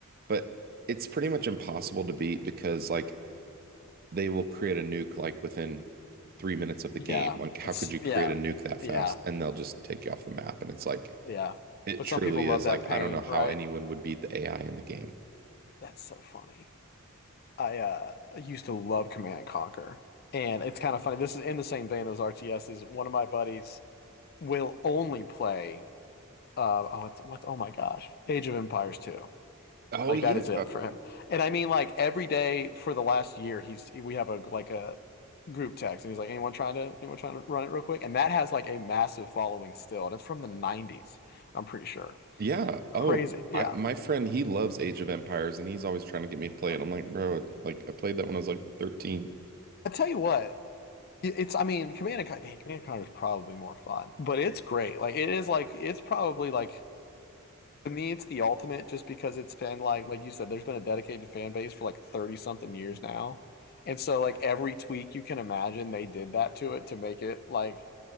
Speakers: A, on the right; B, on the left.
A: But it's pretty much impossible to beat because like they will create a nuke like within three minutes of the
B: Yeah,
A: game. Like, how
B: that's
A: could you create
B: yeah,
A: a nuke that fast?
B: yeah.
A: And they'll just take you off the map. And it's like,
B: Yeah.
A: it
B: But
A: truly
B: some people love
A: is
B: that
A: like,
B: pain,
A: I don't know how
B: right?
A: anyone would beat the AI in the game.
B: That's so funny. I uh used to love Command and Conquer. And it's kind of funny. This is in the same vein, those RTSs. One of my buddies will only play uh oh it's what's oh my gosh. Age of Empires 2.
A: Oh,
B: Like
A: yeah.
B: that is it for him. And I mean like every day for the last year he's we have a like a group text and he's like, anyone trying to anyone trying to run it real quick? And that has like a massive following still. And it's from the nineties, I'm pretty sure.
A: Yeah.
B: Crazy.
A: Oh,
B: Yeah.
A: I, my friend, he loves Age of Empires and he's always trying to get me to play
B: I
A: it. I'm like, bro, like I played that when I was like 13.
B: tell you what, It- It's, I mean, Command and Conquer, man, Command and Conquer is probably more fun, but it's great. Like, it is like, it's probably like, to me, it's the ultimate just because it's been like, like you said, there's been a dedicated fan base for like 30 something years now. And so, like, every tweak you can imagine, they did that to it to make it like